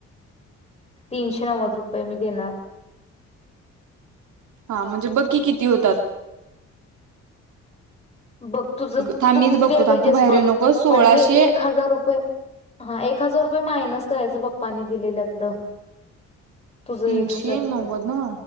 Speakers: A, on the left; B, on the right.
A: तीनशे नव्वद रुपये मी देणार.
B: हा म्हणजे बक्की किती होतात.
A: बघ तुझं
B: थांब
A: तू
B: मीच
A: किती
B: बघतो
A: द्याय
B: थांब
A: पाहिजेस
B: तू बाहेर
A: बघ
B: येऊ नको सोळाशे
A: म्हणजे एक हजार रुपये, हा एक हजार रुपये मायनस करायचं पप्पानी दिलेल्यातलं. तुझं
B: तीनशे
A: एक हजार रुपये,
B: नव्वद नव